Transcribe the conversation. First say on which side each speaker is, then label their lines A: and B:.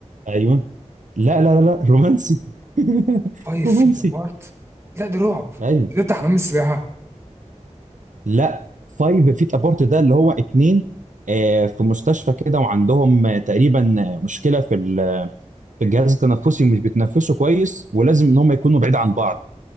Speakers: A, on the right; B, on the right.
A: ايوه لا لا لا لا رومانسي <laughs>
B: فايف
A: رومانسي
B: فيت ابارت لا ده رعب
A: ايوه
B: ده بتاع حمام السباحه
A: لا فايف فيت ابارت ده اللي هو اتنين آه، في مستشفى كده وعندهم آه، تقريبا آه، مشكله في ال- في الجهاز التنفسي ومش بيتنفسوا كويس ولازم ان هم يكونوا بعيد عن بعض